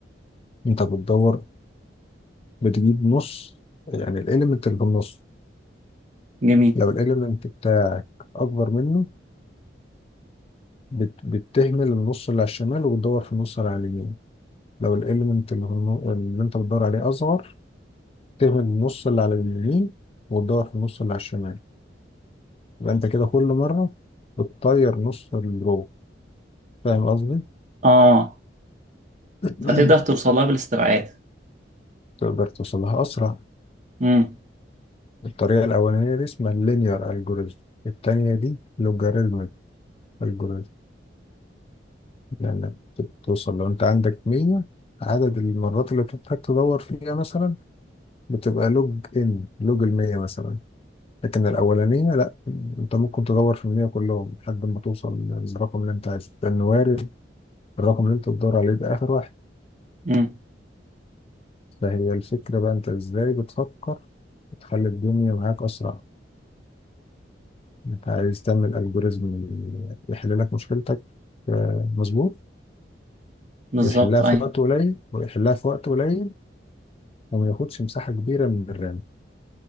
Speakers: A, on the left; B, on the right.
A: انت بتدور بتجيب نص يعني الاليمنت اللي بالنص
B: جميل
A: لو الاليمنت بتاعك اكبر منه بت... بتهمل النص اللي على الشمال وبتدور في النص اللي على اليمين لو الاليمنت اللي, بالن- اللي انت بتدور عليه اصغر تهمل النص اللي على اليمين وتدور في النص اللي على الشمال يبقى انت كده كل مرة بتطير نص الرو فاهم قصدي؟
B: اه
A: <clears throat>
B: فتقدر توصلها بالاستبعاد
A: تقدر توصلها أسرع
B: امم
A: الطريقة الأولانية دي اسمها اللينير الجوريزم التانية دي لوجاريتمك الجوريزم لأنك بتوصل لو أنت عندك 100 عدد المرات اللي بتحتاج تدور فيها مثلا بتبقى لوج إن لوج المية مثلا لكن الأولانية لأ أنت ممكن تدور في المية كلهم لحد ما توصل للرقم اللي أنت عايزه لأنه وارد الرقم اللي أنت بتدور عليه ده آخر واحد
B: امم
A: فهي الفكرة بقى أنت إزاي بتفكر تخلي الدنيا معاك أسرع انت عايز تعمل الجوريزم يحل لك مشكلتك آه، مظبوط
B: بالظبط
A: يحلها
B: ايوه
A: في وقت قليل ويحلها في وقت قليل وما ياخدش مساحه كبيره من الرام